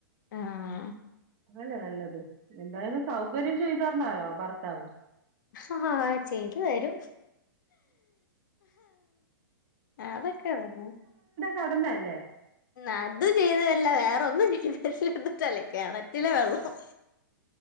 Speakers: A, on the left; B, on the right.
A: ആഹ
B: അല്ലെ നല്ലത് എന്തായാലും സൗകര്യം ചെയ്ത് തരണല്ലോ ഭർത്താവ്
A: ആ ചെയ്തു തരും അതൊക്കെ വരാ
B: കടമ അല്ലേ
A: അതും ചെയ്തുതരൂല്ല വേറെ ഒന്നും <unintelligible> കെണറ്റിലേ വെള്ളം